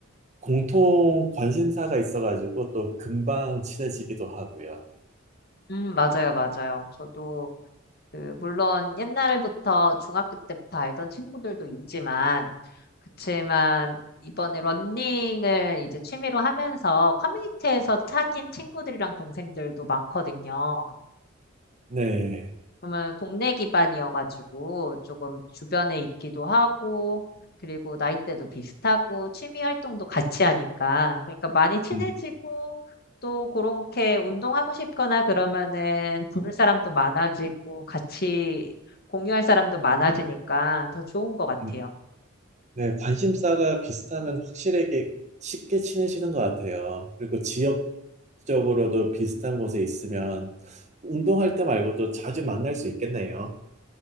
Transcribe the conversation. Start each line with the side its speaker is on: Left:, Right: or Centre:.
Right: 공통 관심사가 있어가지고 또 금방 친해지기도 하고요.
Left: 음, 맞아요, 맞아요. 저도 그 물론 옛날부터 중학교 때부터 알던 친구들도 있지만 그치만 이번에 러닝을 이제 취미로 하면서 커뮤니티에서 사귄 친구들이랑 동생들도 많거든요.
Right: 네.
Left: 그러면 동네 기반이어가지고 조금 주변에 있기도 하고, 그리고 나이대도 비슷하고, 취미 활동도 같이 하니까. 그러니까 많이 친해지고,
Right: 음,
Left: 또 그렇게 운동하고 싶거나 그러면은 부를 사람도 많아지고, 같이 공유할 사람도 많아지니까 더 좋은 것 같아요.
Right: 음. 네, 관심사가 비슷하면 확실하게 쉽게 친해지는 것 같아요. 그리고 지역적으로도 비슷한 곳에 있으면 운동할 때 말고도 자주 만날 수 있겠네요.